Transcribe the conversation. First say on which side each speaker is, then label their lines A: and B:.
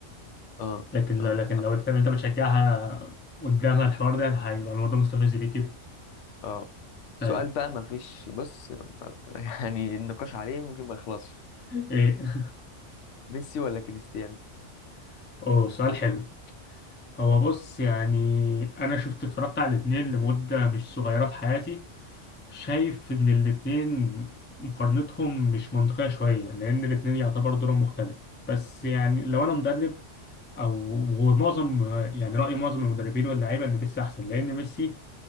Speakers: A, on the left; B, on the left.
A: اه
B: لكن
A: اه
B: لو لكن
A: بالظبط
B: لو الفرقة اللي انت بتشجعها قدامها الحوار ده هيبقى الموضوع مستفز ليك جدا
A: اه سؤال
B: طيب
A: بقى ما فيش بص ما- <laughs> يعني النقاش عليه ممكن ما يخلصش
B: ايه
A: ميسي ولا كريستيانو
B: <laughs> اوه سؤال حلو هو بص يعني انا شفت اتفرجت على الاتنين لمدة مش صغيرة في حياتي شايف ان الاتنين مقارنتهم مش منطقية شوية لان الاتنين يعتبر دورهم مختلف بس يعني لو انا مدرب او ومعظم يعني رأي معظم المدربين واللعيبة ان ميسي احسن لان ميسي